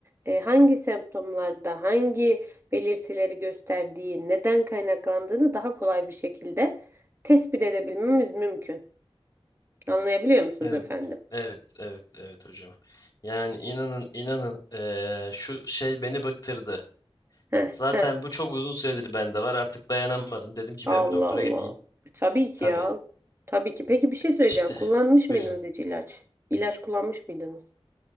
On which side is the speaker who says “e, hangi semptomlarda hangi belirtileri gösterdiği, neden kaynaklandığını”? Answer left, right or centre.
Right